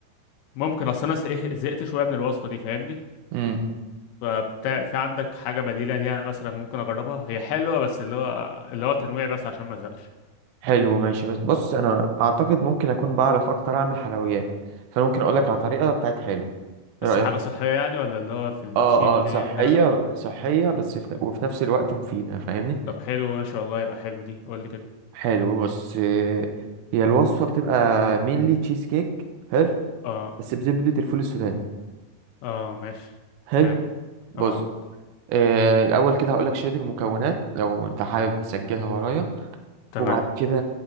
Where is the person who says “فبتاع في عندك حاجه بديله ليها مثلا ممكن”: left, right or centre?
Left